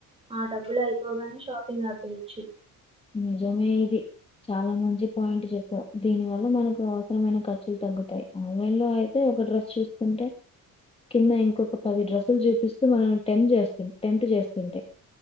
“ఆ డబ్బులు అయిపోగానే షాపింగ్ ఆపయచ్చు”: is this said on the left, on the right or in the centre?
Right